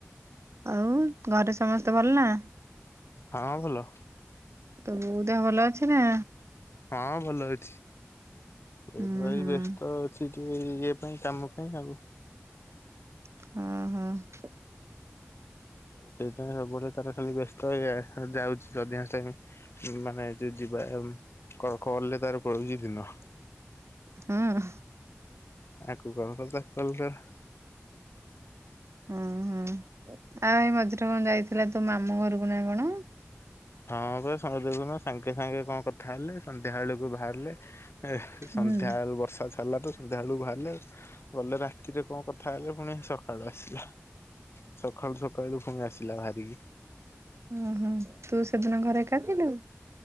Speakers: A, on the right (about 70°); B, on the left (about 60°).
A: ଆଉ ଘରେ ସମସ୍ତେ ଭଲ ନା?
B: ହଁ ଭଲ।
A: ତୋ ବୋଉ ଦେହ ଭଲ ଅଛି ନା?
B: ହଁ ଭଲ ଅଛି,
A: ହୁଁ
B: ଏବେ ହେଇ
A: ହୁଁ
B: ବ୍ୟସ୍ତ ଅଛି। ଏ ଇଏ ପାଇଁ କାମ ପାଇଁ ଆଉ।
A: ହଁ-ହଁ।
B: ସେଇଥିଆଇଁ ସବୁ ବେଳେ ତାର ଖାଲି ବ୍ୟସ୍ତ ଇଆଡେ ସିଆଡେ ଯାଉଛି ଅଧିକାଂଶ ଟାଇମି। ମାନେ ଯୁ ଯିବା ଉମ୍ କଲ୍ ରେ ତାର ପଳଉଚି ଦିନ।
A: ହଁ।
B: ଆକୁ କଲ୍ କର୍ ତାକୁ କଲ୍ କର୍।
A: ଅଁ ହଁ ଆଉ ଏ ମଝିରେ କଁ ଯାଇଥିଲା ତୋ ମାମୁଁ ଘରକୁ ନା କଣ?
B: ହଁ ବା ସଙ୍ଗେ ଦେଖୁନ ସାଙ୍ଗେ ସାଙ୍ଗେ କଁ କଥା ହେଲେ ସନ୍ଧ୍ୟାଅଳକୁ ବାହାରିଲେ। ଏ
A: ହୁଁ
B: ସନ୍ଧ୍ୟାଏଳୁ ବର୍ଷା ଛା ଲଲା ତ ସନ୍ଧ୍ୟାଆଳୁ ବାହାରିଲେ ଗଲେ ରାତିରେ କଁ କଥା ହେଲେ ପୁଣି ସକାଳୁ ଆସିଲା। ସଖାଳୁ ସକାଳୁ ପୁଣି ଆସିଲା ବାହାରିକି।
A: ଉଁ ହୁଁ, ତୁ ସେଦିନ ଘରେ ଏକା ଥିଲୁ?